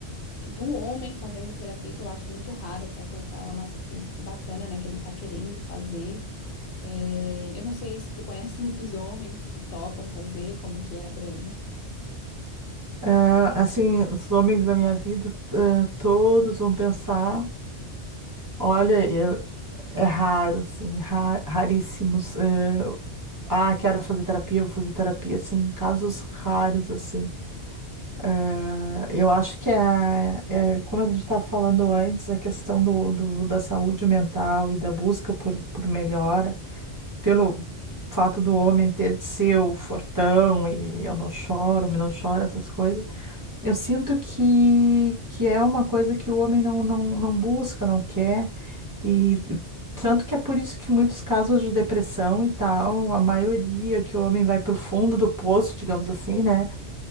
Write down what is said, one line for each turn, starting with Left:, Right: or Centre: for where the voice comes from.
Left: do homem fazendo terapia, que eu acho muito raro, até falei pra ela, nossa, que, que bacana, né, que ele tá querendo fazer. É, eu não sei se tu conhece <laughs> muitos homens que topam fazer, como que é por aí.
Right: Ah, assim, os homens da minha vida, ah, todos vão pensar, olha, eu, é raro, assim, ra- raríssimos. eh, ah, quero fazer terapia, vou fazer terapia, assim, casos raros, assim. Ah, eu acho que é, é, como a gente estava falando antes, a questão do, do- da saúde mental e da busca por, por melhora. pelo fato do homem ter de ser o fortão e eu não choro, homem não chora, essas coisas, eu sinto que, que é uma coisa que o homem não, não, não busca, não quer, e tanto que é por isso que muitos casos de depressão e tal, a maioria que o homem vai pro fundo do poço, digamos assim, né?